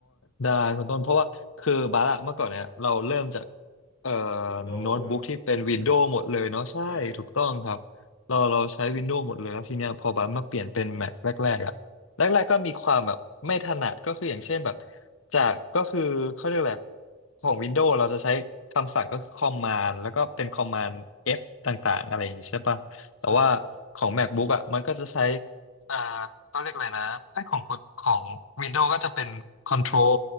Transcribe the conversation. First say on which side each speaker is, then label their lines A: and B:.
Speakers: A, on the left; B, on the left.
A: ได้คุณต้นเพราะว่าคือบาร์อะเมื่อก่อนเนี่ยเราเริ่มจากเอ่อ
B: Windows
A: โน้ตบุ๊กที่เป็นวินโดว์หมดเลยเนาะใช่ถูกต้องครับเราเราใช้วินโดว์หมดเลยแล้วทีเนี้ยพอบาร์มาเปลี่ยนเป็น
B: ครับใช่
A: Mac แรกๆอะแรกๆก็มีความแบบไม่ถนัดก็คืออย่างเช่นแบบจากก็คือเขาเรียกแบบของวินโดว์เราจะใช้คำสั่งก็คือคอมมานด์แล้วก็เป็นคอมมานด์ F ต่างๆอะไรอย่างงี้ใช่ปะแต่ว่าของ
B: ใช่
A: MacBook อะมันก็จะใช้ อ่าเขาเรียกอะไรนะไอ้ของคนของ Windows ก็จะเป็น Control